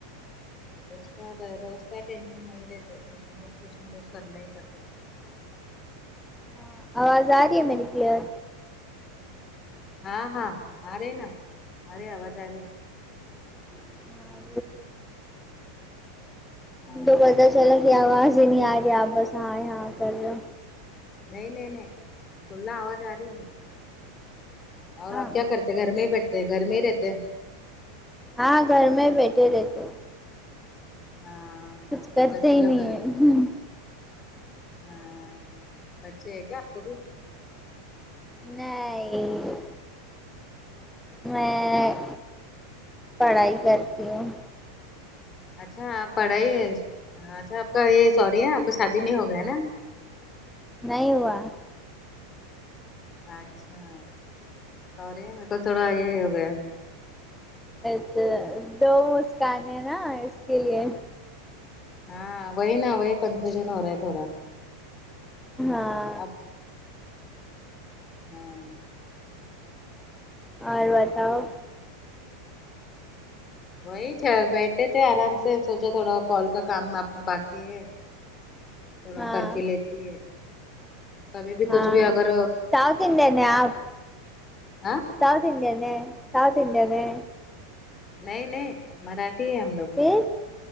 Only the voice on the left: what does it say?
ایشا روز کا ٹینشن نہیں رہتا ہے کچھ نہ کچھ کچھ نہ کچھ کرنا ہی پڑتا ہے
ہاں ہاں آ رہے نا آ رہے آواز آ رہی ہے
ہاں
نہیں نہیں نہیں کھلا آواز آ رہی ہے میرے کو اور
آپ کیا کرتے گھرمیں ہی بیٹھتے ہے گھرمیں ہی رہتے ہے
ہاں
بچے
لوگ
رہ
ہاں بچے ہیں کیا آپ کو بھی
اچھا اپ پڑھائی اچھا آپ کا یہ سوری ہاں آپ کو شادی نہیں ہوگیا ہے نا
اچھا اور یہ میں تو تھوڑا یہ ہو گیا
ہاں وہی نا وہی کنفیوزن ہو رہا ہے تھوڑا
اب ہاں
وہی چہ بیٹھے تھے آرام سے سوچا تھوڑا کال کا کام اپنا باقی ہے تھوڑا
کر کے لیتی ہے کبھی بھی
کچھ بھی اگر
کام
آں
نہیں نہیں مراٹھی ہے ہم لوگ